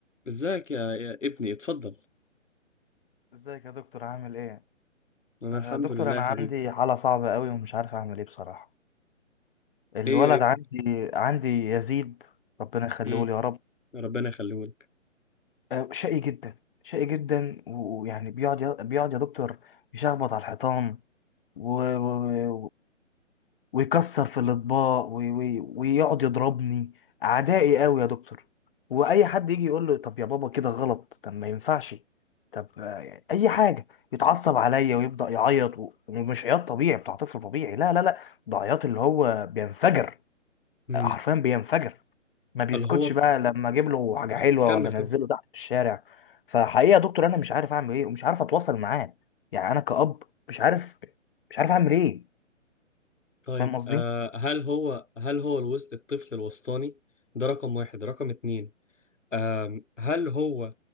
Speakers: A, on the left; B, on the left.
A: ازيك يا, يا ابني اتفضل
B: ازيك يا دكتور عامل ايه
A: انا
B: آه
A: الحمد
B: دكتور
A: لله
B: انا
A: يا
B: عندي
A: حبيبي
B: حالة صعبة قوي ومش عارف اعمل ايه بصراحة الولد
A: ايه يا ابني
B: عندي عندي يزيد ربنا يخليه
A: امم
B: لي يا رب
A: ربنا يخليهولك
B: آه شقي جدا شقي جدا و- ويعني بيقعد ي- بيقعد يا دكتور يشخبط على الحيطان ويعني ويكسر في الاطباق وي- وي- ويقعد يضربني عدائي قوي يا دكتور واي حد يجي يقول له طب يا بابا كده غلط طب ما ينفعش طب آه، اي حاجه يتعصب عليا ويبدا يعيط و- ومش عياط طبيعي بتاع طفل طبيعي لا لا لا ده عياط اللي هو بينفجر
A: امم
B: حرفيا بينفجر ما بيسكتش
A: هل هو
B: بقى لما اجيب له حاجه حلوه
A: كمل
B: ولا انزله
A: كمل
B: تحت في الشارع فحقيقه يا دكتور انا مش عارف اعمل ايه ومش عارف اتواصل معاه يعني انا كأب مش عارف مش عارف اعمل ايه
A: طيب
B: فاهم قصدي
A: آه هل هو هل هو الوسط الطفل الوسطاني ده رقم واحد رقم اتنين آم هل هو